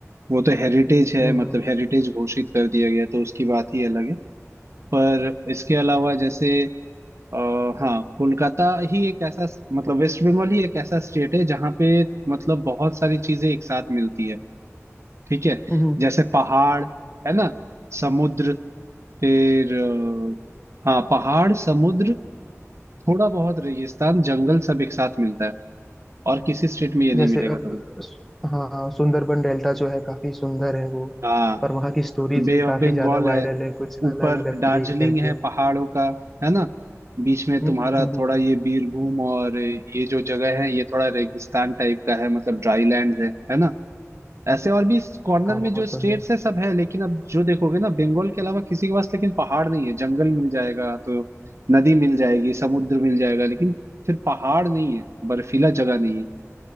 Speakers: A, on the right (about 60°); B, in the centre.
A: वो तो हेरिटेज है
B: हम्म
A: मतलब
B: हम्म
A: हेरिटेज घोषित कर दिया गया तो उसकी बात ही अलग है पर इसके अलावा जैसे आ, हाँ कोलकाता ही एक ऐसा मतलब वेस्ट बंगाल ही एक ऐसा स्टेट है जहाँ पे मतलब बहुत सारी चीजें एक साथ मिलती है ठीक है
B: हम्म,
A: जैसे पहाड़ है ना समुद्र फिर अ, हाँ पहाड़ समुद्र थोड़ा बहुत रेगिस्तान जंगल सब एक साथ मिलता है और किसी स्टेट में ये नहीं
B: जैसे
A: मिलेगा
B: अब
A: तुम्हें
B: हाँ सुंदरबन डेल्टा जो है काफी सुंदर है वो
A: हाँ
B: पर वहाँ की स्टोरीज
A: बे
B: भी काफी
A: ऑफ बंगाल
B: ज्यादा
A: है
B: वायरल है कुछ अलग
A: ऊपर
B: अलग
A: दार्जिलिंग
B: लेकर के
A: है पहाड़ों का है ना बीच में तुम्हारा
B: हम्म हम्म हम्म,
A: थोड़ा ये बीरभूम और ये जो जगह है ये थोड़ा रेगिस्तान टाइप का है मतलब ड्राई लैंड है है ना ऐसे और भी कॉर्नर
B: हाँ वो
A: में जो स्टेट्स
B: तो है
A: है सब है लेकिन अब जो देखोगे ना बंगाल के अलावा किसी के पास लेकिन पहाड़ नहीं है जंगल मिल जाएगा तो नदी मिल जाएगी समुद्र मिल जाएगा लेकिन फिर पहाड़ नहीं है बर्फीला जगह नहीं है